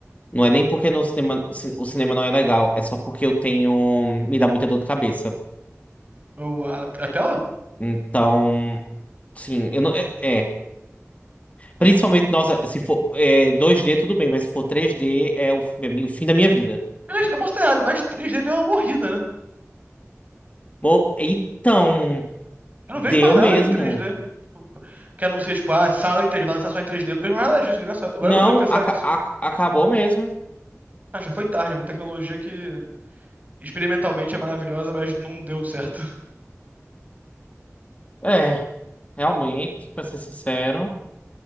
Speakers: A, on the left; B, on the right.
A: Não é nem porque no cinema, ci- o cinema não é legal, é só porque eu tenho. Me dá muita dor de cabeça.
B: Eu, a, a tela?
A: Então, sim, eu não. É. é. Principalmente, nossa, se for é, dois d tudo bem, mas se for três d é o, é mi- o fim da minha vida.
B: Aliás, Eu posso ter errado, mas 3D deu uma morrida, né?
A: Bom, então,
B: Eu não
A: deu
B: vejo mais nada
A: mesmo.
B: em 3D. Que anuncia, tipo, ah, sala em 3D, vai lançar só em 3D. Eu não vejo mais nada disso, engraçado. Agora
A: Não,
B: que eu parei pra pensar
A: aca-
B: nisso.
A: a- acabou mesmo.
B: Ah, já foi tarde, é uma tecnologia que experimentalmente é maravilhosa, mas não deu certo. <laughs>
A: É. Realmente, para ser sincero,